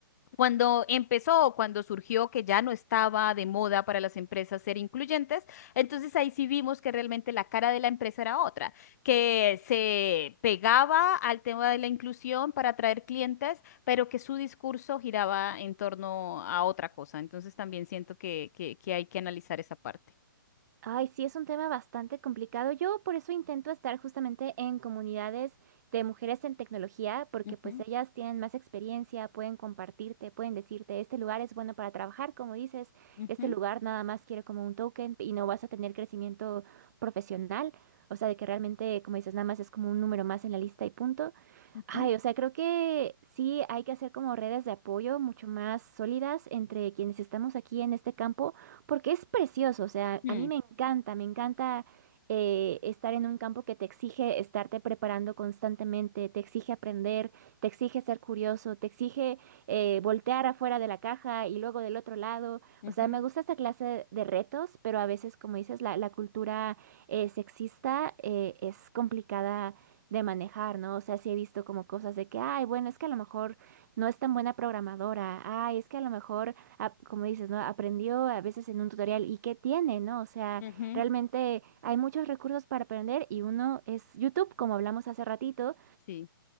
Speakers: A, on the left (about 50°); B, on the right (about 50°).
A: Cuando empezó, o cuando surgió que ya no estaba de moda para las empresas ser incluyentes, entonces ahí sí vimos que realmente la cara de la empresa era otra, que se pegaba al tema de la inclusión para atraer clientes, pero que su discurso giraba en torno a otra cosa. Entonces también siento que, que, que hay que analizar esa parte.
B: Ay, sí, es un tema bastante complicado. Yo por eso intento estar justamente en comunidades de mujeres en tecnología, porque
A: Ujú,
B: pues ellas tienen más experiencia, pueden compartirte, pueden decirte, este lugar es bueno para trabajar, como dices,
A: ujú,
B: este lugar nada más quiere como un token y no vas a tener crecimiento profesional, o sea, de que realmente, como dices, nada más es como un número más en la lista y punto.
A: ujú,
B: Ay, o sea, creo que sí hay que hacer como redes de apoyo mucho más sólidas entre quienes estamos aquí en este campo, porque es precioso, o sea,
A: mm,
B: a mí me encanta, me encanta eh, estar en un campo que te exige estarte preparando constantemente, te exige aprender, te exige ser curioso, te exige eh, voltear afuera de la caja y luego del otro lado,
A: ujú,
B: o sea, me gusta esta clase de retos, pero a veces, como dices, la, la cultura eh, sexista eh, es complicada de manejar, ¿no? O sea, sí he visto como cosas de que, ay, bueno, es que a lo mejor no es tan buena programadora, ay, es que a lo mejor, ah, como dices, ¿no? Aprendió a veces en un tutorial y qué tiene, ¿no? O sea,
A: ujú,
B: realmente hay muchos recursos para aprender y uno es YouTube, como hablamos hace ratito,
A: Sí.